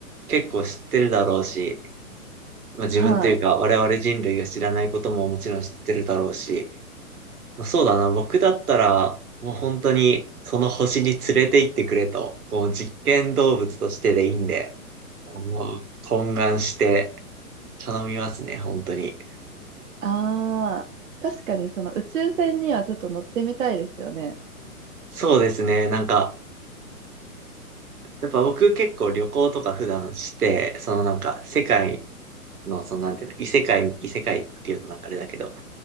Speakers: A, on the right; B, on the right.
A: 結構知ってるだろうし、まあ、自分というか我々人類が知らないことももちろん知ってるだろうし、
B: はい。
A: まあ、そうだな。僕だったら、もう本当にその星に連れて行ってくれと、こう実験動物としてでいいんで、もう懇願して頼みますね。本当に。
B: ああ、確かにその宇宙船にはちょっと乗ってみたいですよね。
A: そうですね。なんか、やっぱ僕結構旅行とか普段して、そのなんか世界の、そのなんていうの、異世界、異世界っていうとなんかあれだけど、